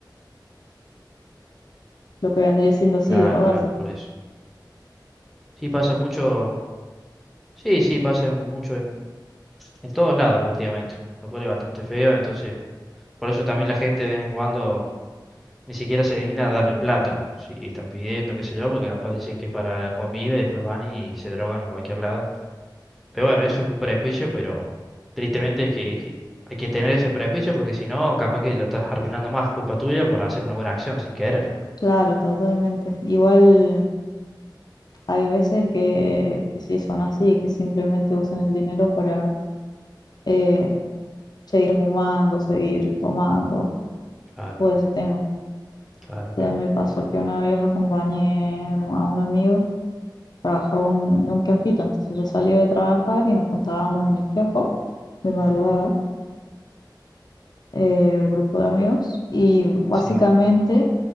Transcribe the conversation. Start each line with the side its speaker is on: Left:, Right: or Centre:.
Left: lo que vendría siendo sí,
Centre: claro,
Left: drogarse.
Centre: claro, por eso. Sí, pasa mucho, sí, sí, pasa mucho en, en todos lados prácticamente, lo cual es bastante feo, entonces, por eso también la gente de vez en cuando ni siquiera se digna a darle plata, si están pidiendo, qué sé yo, porque capaz dicen que es para la comida y después van y se drogan en cualquier lado. Pero bueno, eso es un prejuicio, pero tristemente es que, es que hay que tener ese prejuicio porque si no, capaz que lo estás arruinando más, culpa tuya por hacer una buena acción sin querer.
Left: Claro, totalmente. Igual hay veces que, que sí son así, que simplemente usan el dinero para eh, seguir fumando, seguir tomando,
Centre: Claro,
Left: todo ese tema.
Centre: claro,
Left: sea,
Centre: claro.
Left: me pasó que una vez acompañé a un a un amigo, trabajaba en un kiosquito, entonces yo salía de trabajar y nos juntábamos en el kiosco de madrugada,
Centre: Ujú.
Left: eh, el grupo de amigos, y básicamente
Centre: Sí,